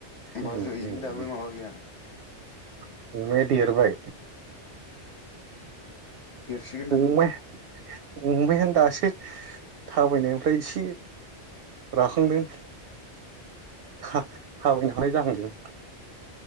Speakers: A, on the right; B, on the left.
A: नै
B: बाजैनि
A: नै
B: दाबो
A: नै
B: माबा गैया
A: अमाया देरबाय
B: देरसिगोन दा
A: अमाया अमायानो दासो थाबायनायनिफ्राइ इसे राखांदों था-थाबायनो हानाय जाहांदों।